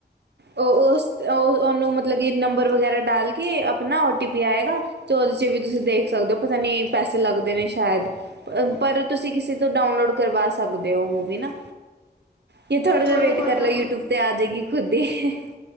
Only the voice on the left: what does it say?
ਚਲੋ
ਕੋਈ
ਨਾ